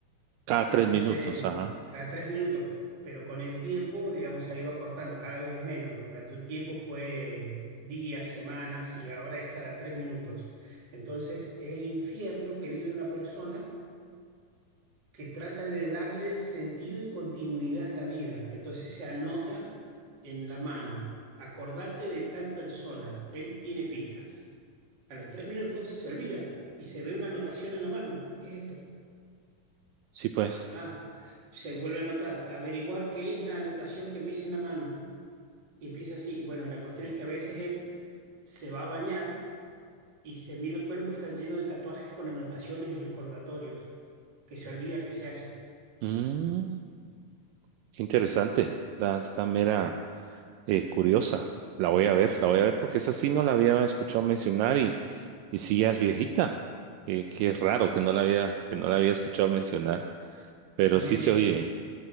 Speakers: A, on the right; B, on the right.
A: Cada
B: Entonces,
A: tres minutos, ajá.
B: cada tres minutos, pero con el tiempo, digamos, se ha ido acortando, cada vez es menos. Durante un tiempo fue días, semanas y ahora es cada tres minutos. Entonces, es el infierno que vive una persona que trata de darle sentido y continuidad a la vida. Entonces se anota en la mano, acordate de tal persona, él tiene pistas. A los tres minutos se olvida y se ve una anotación en la mano. ¿Qué es esto?
A: Sí, pues.
B: Ah, se vuelve a anotar, averiguar qué es la anotación que me hice en la mano. Y empieza así. Y Bueno, la cuestión es que a veces él se va a bañar y se mira el cuerpo y está lleno de tatuajes con anotaciones y recordatorios, que se olvida que se hace.
A: Mm, qué interesante. Está, está mera eh, curiosa. La voy a ver, la voy a ver porque esa sí no la había escuchado mencionar y, y sí ya es viejita. Qué, qué raro que no la había, que no la había escuchado mencionar, pero sí
B: Memento.
A: se oye